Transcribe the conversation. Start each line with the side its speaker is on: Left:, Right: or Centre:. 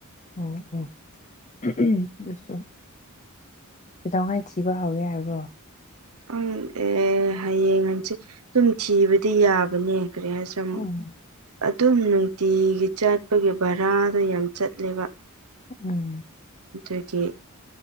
Left: ꯑꯣ ꯑꯣ ꯇꯧꯉꯥꯏ ꯊꯤꯕ ꯍꯧꯋꯦ ꯍꯥꯏꯔꯕꯣ
Right: ꯑꯪ ꯑꯦ ꯍꯌꯦꯡ ꯍꯪꯁ ꯑꯗꯨꯝ ꯊꯤꯕꯗꯤ ꯌꯥꯕꯅꯦ ꯀꯔꯤ ꯍꯥꯏꯁ
Left: ꯎꯝ
Right: ꯑꯗꯨꯝ ꯅꯨꯡꯇꯤꯒꯤ ꯆꯥꯠꯄꯒꯤ ꯚꯔꯥꯗ ꯌꯥꯝ ꯆꯠꯂꯦꯕ
Left: ꯎꯝ
Right: ꯑꯗꯨꯒꯤ